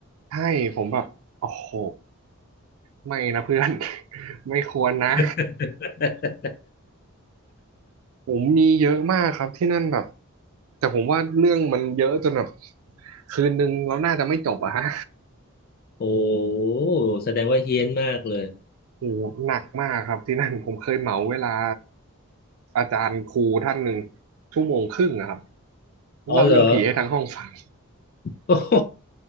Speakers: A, on the right; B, on the left.
A: ใช่ ผมแบบโอ้โห ไม่นะเพื่อน <laughs> ไม่ควรนะ
B: <laughs>
A: ผมมีเยอะมากครับที่นั่นแบบ แต่ผมว่าเรื่องมันเยอะจนแบบคืนนึงเราน่าจะไม่จบอะฮะ
B: โอ้แสดงว่าเฮี้ยนมากเลย
A: โอ้โหหนักมากครับที่นั่นผมเคยเหมาเวลาอาจารย์ครูท่านหนึ่งชั่วโมงครึ่งอะครับ
B: อ๋อเหรอ
A: เล่าเรื่องผีให้ทั้งห้องฟัง
B: โอ้โ